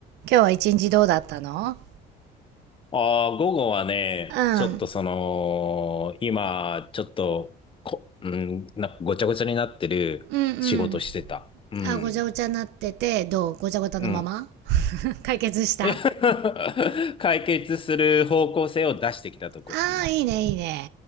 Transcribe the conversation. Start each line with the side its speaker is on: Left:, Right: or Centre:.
Right: 今日は一日どうだったの
Left: ああ、午後はね、
Right: うん。
Left: ちょっとその、今、ちょっと、こ、うん、なんかごちゃごちゃになってる仕事してた。
Right: うんうん。
Left: うん。
Right: あ、ごちゃごちゃになってて、どうごちゃごちゃのまま
Left: うん。
Right: <laughs> 解決した
Left: <laughs> 解決する方向性を出してきたとこ、
Right: ああ、
Left: 今。
Right: いいね、いいね。